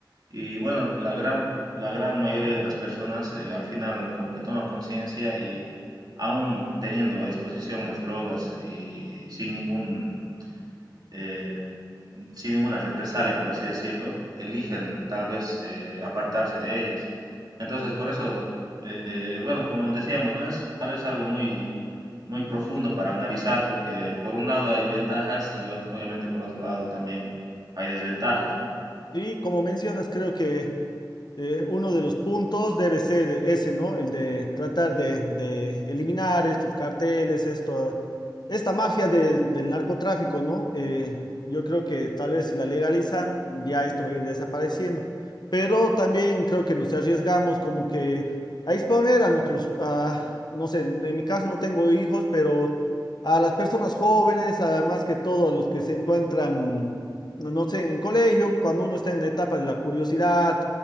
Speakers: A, on the right; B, on the left.
A: Y bueno, la gran, la gran mayoría de las personas eh, al final como que toma conciencia y aún teniendo a disposición las drogas y sin ningún eh, sin ninguna represalia, por así decirlo, eligen tal vez eh, apartarse de ellas. Entonces, por eso, eh, bueno, como decíamos, ¿no? Es tal vez algo muy, muy profundo para analizar, porque por un lado hay ventajas y ot- obviamente por otro lado también hay desventajas, ¿no?
B: Sí, como mencionas, creo que eh, uno de los puntos debe ser ese, ¿no? El de tratar de, de eliminar estos carteles, esto, esta mafia de- del narcotráfico, ¿no? Eh, yo creo que tal vez si la legalizan, ya esto va a ir desapareciendo. Pero también creo que nos arriesgamos como que a exponer a nuestros, a- no sé, en en mi caso no tengo hijos, pero a las personas jóvenes, además que todo, a los que se encuentran, no no sé, en colegio, cuando uno está en la etapa de la curiosidad